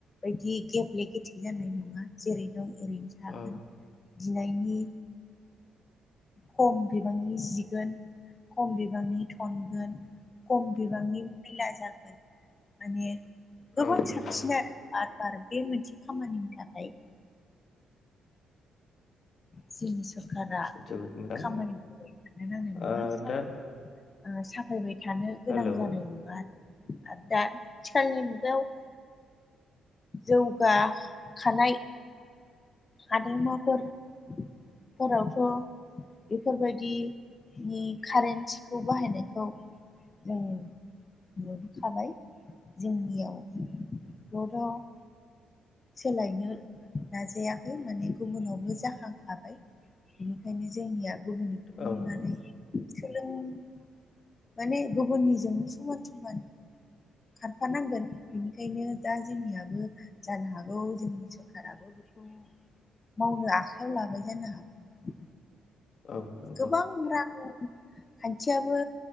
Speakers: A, on the left; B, on the left.
A: बायदि गेब्ले गेथे जानाय नङा जेरै दं ओरैनो
B: औ।
A: दिनायनि खम बिबांनि जिगोन। खम बिबांनि थनगोन खम बिबांनि मैला जागोन। माने गोबां
B: औ
A: साबसिना
B: नंगौ
A: बार बार बे मोनसे खामानिनि थाखाय जोंनि सरखारारा
B: जोबोद मोजां
A: खामानिफोरखौ रानाय नङा
B: ओ
A: स
B: दा
A: ओ साफायबाय थानो गोनां
B: हेलौ
A: जानाय नङा आरो आरो दा आथिखालनि मुगायाव जौगाखानाय हादोरमाफोर फोरावथ' बेफोरबायदिनि कारेन्टिखौ बाहायनायखौ जों बोखाबाय जोंनियाव बरथ' सोलायनो नाजायाखै माने गुबुनावबो जाखांफाबाय। बेनिखायनो जोंनिया गुबुननिखौबो
B: औ
A: नुनानै सोलों <inaudible> माने गुबुननिजोंनो समान समान खारफानांगोन। बेनिखायनो दा जोंनियाबो जानो हागौ जोंनि सरखाराबो बेखौ मावनो आखायाव लाबाय जानो हागौ।
B: औ नंगौ
A: गोबां रां खान्थियाबो